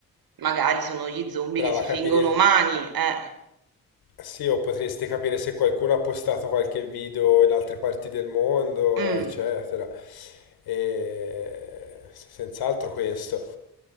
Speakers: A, on the right; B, on the left.
A: magari sono gli zombie
B: brava
A: che si
B: a capire
A: fingono umani, eh.
B: Sì, o potresti capire se qualcuno ha postato qualche video in altre parti del mondo,
A: Mm.
B: eccetera. E... s- Senz'altro questo.